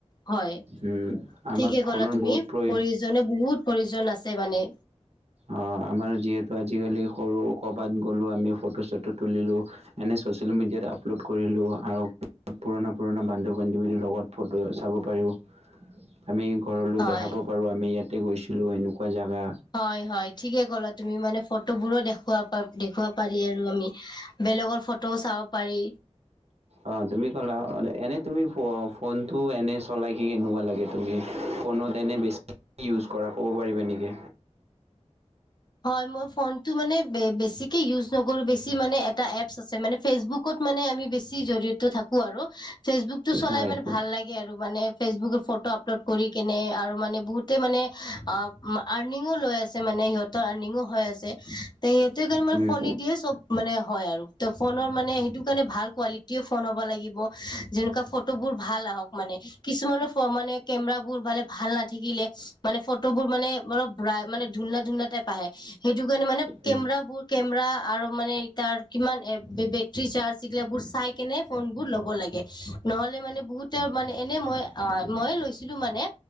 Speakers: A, on the left (about 40°); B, on the right (about 65°).
A: হয়
B: উম আমাক
A: ঠিকে
B: ফোনৰ
A: কলা তুমি
B: বহুত প্ৰয়
A: প্ৰয়োজনে বহুত প্ৰয়োজন আছে মানে
B: অ আমাৰ যিহেতু আজিকালি সৰু ক'ৰবাত গ'লো আমি ফটো চটো তুলিলোঁ এনেই ছ'চিয়েল মিডিয়াত আপলোড কৰিলোঁ আৰু পুৰণা পুৰণা বন্ধু বান্ধৱীৰ লগত ফটো চাব পাৰোঁ। আমি ঘৰলৈ
A: হয়
B: দেখাব পাৰো আমি ইয়াতে গৈছো লো এনেকুৱা যা- গা
A: হয় হয় ঠিকে কলা তুমি মানে ফটোবোৰো দেখুৱা দেখুৱাব পাৰি আৰু আমি বেলেগ ফটো চাব পাৰি
B: অ তুমি ক'লা এনে তুমি ফ ফোনটো এনে চলাই কি কেনেকুৱা লাগে তুমি ফোনত এনে বেছি ইউজ কৰা ক'ব পাৰিবা নেকি?
A: হয় মই ফোনটো মানে বে বেছিকে ইউজ নকৰো বেছি মানে এটা এপছ আছে মানে ফেচবুক ক'ত মান আমি বেছি জড়িত থাকো আৰু ফেচবুকটো চলাই
B: হয়
A: মানে ভাল লাগে আৰু মানে ফেচবুক ফটো আপলোড কৰি কেনে আৰু মানে বহুতে মানে আ আৰনিংও লৈ আছে মানে সিহ- তৰ আৰণিংও হৈ আছে তে সিহঁতে তাৰ মানে
B: উম
A: ফোনে দিয়ে চব মানে হয় আৰু ত ফোনৰ মানে সেইতো কাৰণে ভাল কোৱালিটিও ফোন হ'ব লাগিব। যেনেকুৱা ফটোবোৰ ভাল আহক মানে। কিছুমানৰ ফ মানে কেমেৰাবোৰ মানে ভাল নাথাকিলে মানে ফটো ফটোবোৰ মানে অলপ ধুনা ধুনা টাইপ পাই সেইটো কাৰণে মানে কেমেৰাবোৰ
B: উম
A: কেমেৰা আৰু মানে তাৰ কিমান এ বেটৰী চাৰ্জ, এইগিলবুৰ চাই কেনে ফোন বোৰ ল'ব লাগে। নহ'লে মানে বহুত- ত মানে এনে মই অ, মই লৈছিলোঁ মানে।